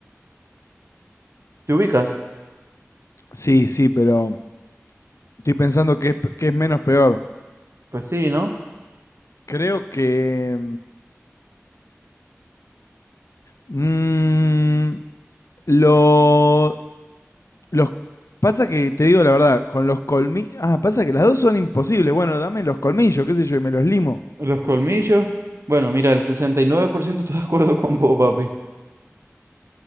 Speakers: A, on the right; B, on the left.
A: ¿te ubicas?
B: Sí, sí, pero estoy pensando que es, pe- que es menos peor.
A: Pues sí, ¿no?
B: Creo que... mm, lo, Los, pasa que, te digo la verdad, con los colmillos. Ah, pasa que las dos son imposibles. Bueno, dame los colmillos, qué sé yo, y me los limo.
A: Los colmillos. Bueno, mira, el 69% está de acuerdo con vos, papi.